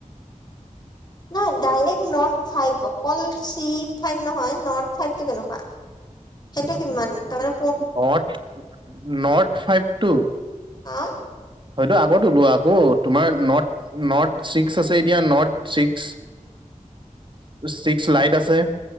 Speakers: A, on the right (about 35°); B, on the left (about 30°).
A: <inaudible>
B: নাই ডাইৰেক্ট নট ফাইভ অকল চি ফাইভ নহয়, নদ ফাইভ টো কেনেকুৱা? সেইটো কিমান? তামানে
A: নট, নট ফাইভ টু?
B: আ।
A: হয়তো আগত ওলোৱা আকৌ তোমাৰ নট নট ছিক্স আছে এতিয়া নট ছিক্স। ছিক্স লাইট আছে।